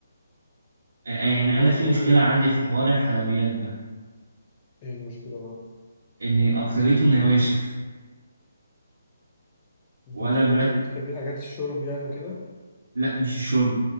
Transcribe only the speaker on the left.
وبرضو
ايه المشكلة بقى؟
انت
بتحب
ايه بتحبي حاجات الشرب يعني وكده